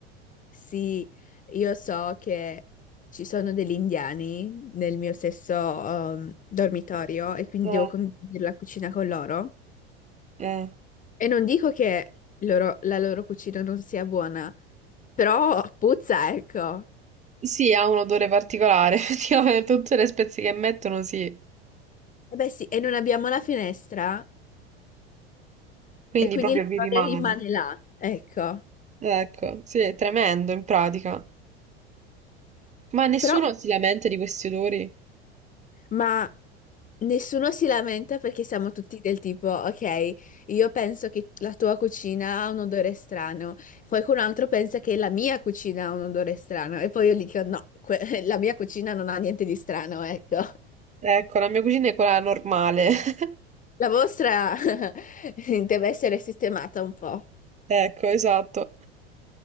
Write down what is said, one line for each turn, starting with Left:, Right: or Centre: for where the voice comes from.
Left: Sì, io so che ci sono degli indiani nel mio stesso ehm, dormitorio e quindi
Right: Eh,
Left: devo condividere la cucina con loro.
Right: eh.
Left: E non dico che loro- la loro cucina non sia buona, però puzza, ecco.
Right: Sì, ha un odore particolare, <laughs> effettivamente tutte le spezie che mettono sì,
Left: Eh beh sì, e non abbiamo la finestra
Right: quindi
Left: e quindi
Right: proprio
Left: l'errore
Right: vi rimane.
Left: rimane là, ecco.
Right: Ecco, sì, è tremendo in pratica. Ma nessuno
Left: Però,
Right: si lamenta di questi odori?
Left: ma nessuno si lamenta perché siamo tutti del tipo, ok, io penso che la tua cucina ha un odore strano, qualcun altro pensa che la mia cucina ha un odore strano e poi io gli dico, no, que- <laughs> la mia cucina non ha niente di strano, ecco.
Right: Ecco, la mia cucina è quella normale. <laughs>
Left: La vostra <laughs> deve essere sistemata un po'.
Right: Ecco, esatto.